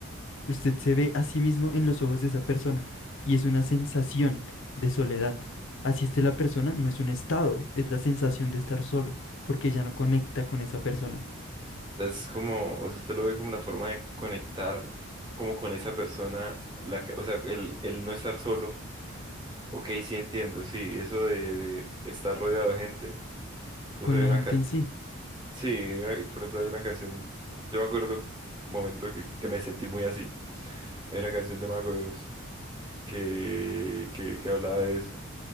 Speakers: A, on the left (about 65°); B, on the right (about 20°).
A: Usted se ve a sí mismo en los ojos de esa persona. Y es una sensación de soledad. Así esté la persona, no es un estado, es la sensación de estar solo, porque ya no conecta con esa persona,
B: es como, o sea, usted lo ve como una forma de conectar como con esa persona, la, que- o sea, el, el no estar solo. Ok, sí entiendo, sí, eso de, de estar rodeado de gente. Incluso
A: con
B: hay
A: la
B: una
A: gente
B: canción,
A: en sí.
B: sí, hay una- por ejemplo, hay una canción, yo me acuerdo un momento que, que me sentí muy así. Hay una canción de Mago de Oz que, que, que hablaba de eso